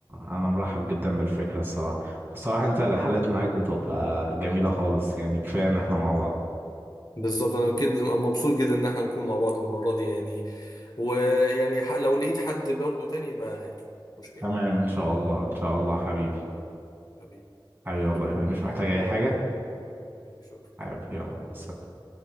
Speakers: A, on the right; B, on the left.
A: انا مرحب جدا بالفكره الصراحه والصراحه انت الرحلات معاك بتبقى جميله خالص يعني كفايه ان احنا مع بعض
B: بالظبط انا كده مبسوط جدا ان احنا نكون مع بعض المره دي يعني ويعني ح- لو لقيت حد برضه تاني يبقى هاته مش مشكله
A: تمام ان شاء الله ان شاء الله حبيبي
B: حبيبي
A: حبيبي والله
B: سلام
A: يا غالي. مش محتاج اي حاجه
B: حبيبي شكرا
A: حبيبي يلا مع السلامه